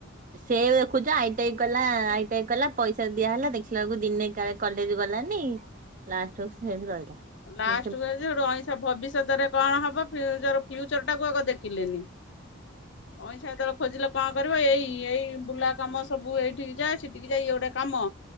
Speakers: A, on the right; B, on the left.
A: ସେ ଦେଖୁଛ ଆଇ ଟି ଆଇ କଲା ଆଇ ଟି ଆଇ କଲା ପଇସା ଦିଆ ହେଲା ଦେଖିଲା ବେଳକୁ ଦିନେକାଳେ କଲେଜ ଗ ଗଲାନି, ଲାଷ୍ଟକୁ ସେମତି ରହିଲା।
B: ଲାଷ୍ଟ
A: ନା
B: କୁ ରହିଛି, ସେଠୁ ଅଇଂସା ଭବିଷ୍ୟତରେ କଣ ହବ ଫିଉଚର ଫିଉଚର ଟା କୁ ଆଗ ଦେଖିଲେନି, ଅଇଁସା ହେତେବେଳ ଖୋଜିଲେ କ'ଣ କରିବ, ଏଇ ଏଇ ବୁଲା କାମ ସବୁ ଏଇଠିକ ଯା ସେଠିକି ଯାଇ ଇଏ ଗୋଟେ କାମ।